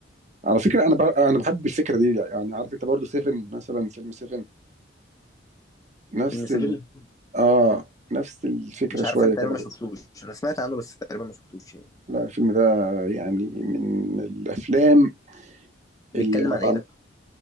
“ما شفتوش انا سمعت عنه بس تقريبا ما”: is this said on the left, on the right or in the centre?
Left